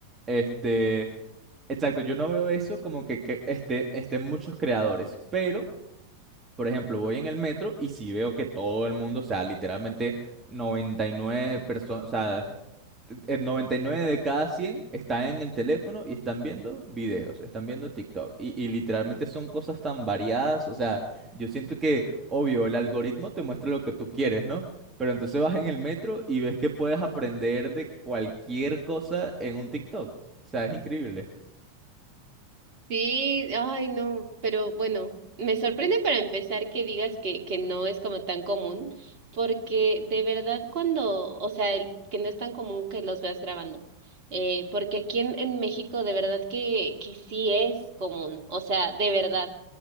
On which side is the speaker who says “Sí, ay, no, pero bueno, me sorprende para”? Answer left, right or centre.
Right